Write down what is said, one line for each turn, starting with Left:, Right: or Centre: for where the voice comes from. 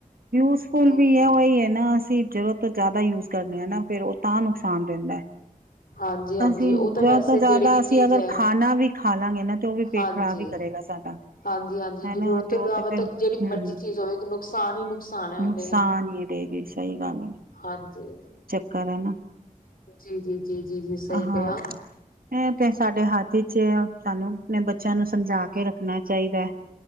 Right: ਯੂਜਫੁਲ
Left: ਜੀ।
Right: ਵੀ ਐ, ਉਹੀ ਐ ਨਾ ਅਸੀਂ ਜ਼ਰੂਰਤ ਤੋਂ ਜ਼ਿਆਦਾ ਯੂਜ ਕਰਨੇ ਆ ਨਾ ਫਿਰ ਉਹ ਤਾਂ ਨੁਕਸਾਨ ਦੇਂਦਾ।
Left: ਹਾਂਜੀ-ਹਾਂਜੀ
Right: ਅਸੀਂ
Left: ਉਹ ਤਾਂ
Right: ਜ਼ਰੂਤ
Left: ਵੈਸੇ
Right: ਤੋਂ ਜ਼ਿਆਦਾ
Left: ਜਿਹੜੀ ਵੀ
Right: ਅਸੀਂ
Left: ਚੀਜ਼
Right: ਅਗਰ
Left: ਹੈ
Right: ਖਾਣਾ ਵੀ ਖਾ ਲਾਂਗੇ ਨਾ ਤੇ ਉਹ ਵੀ ਪੇਟ
Left: ਹਾਂਜੀ।
Right: ਖ਼ਰਾਬ ਈ ਕਰੇਗਾ ਸਾਡਾ।
Left: ਹਾਂਜੀ-ਹਾਂਜੀ
Right: ਹੇਨਾ
Left: ਜ਼ਰੂਰਤ ਤੋਂ
Right: ਤੇ ਉਹ
Left: ਇਲਾਵਾ
Right: ਤੇ ਫੇਰ,
Left: ਤਾਂ
Right: ਹਂ
Left: ਜਿਹੜੀ ਮਰਜ਼ੀ ਚੀਜ਼ ਹੋਵੇ ਨੁਕਸਾਨ ਹੀ ਨੁਕਸਾਨ ਹੈ ਉਹਦੇ।
Right: ਨੁਕਸਾਨ ਈ ਐਦ ਚ। ਸਹੀ ਗੱਲ ਐ।
Left: ਹਾਂਜੀ।
Right: ਕਰੇ ਨਾ,
Left: ਜੀ-ਜੀ, ਜੀ-ਜੀ, ਜੀ ਸਹੀ
Right: ਹਾਂ
Left: ਕਿਹਾ।
Right: ਇਹ ਤੇ ਸਾਡੇ ਹੱਥ ਵਿਚ ਐ, ਸਾਨੂੰ ਆਪਣੇ ਬੱਚਿਆਂ ਨੂੰ ਸਮਝਾ ਕੇ ਰੱਖਣਾ ਚਾਈਦਾ ਐ।